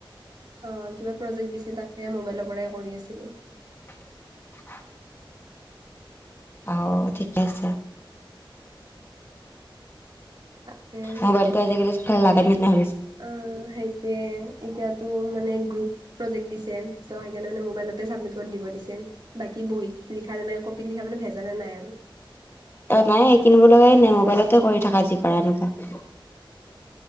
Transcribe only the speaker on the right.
অ কিবা প্ৰজেক্ট দিছে তাকে মোবাইলৰ পৰাই কৰি আছিলোঁ
তাকে
অ সেইটোৱে এতিয়াতো মানে গ্ৰুপ প্ৰজেক্ট দিছে ত সেইকাৰণে মানে মবাইলতে চাবমিট কৰি দিব দিছে বাকী বহীত লিখাৰ মানে কপিল লিখা মানে ভেজানে নাই আৰু।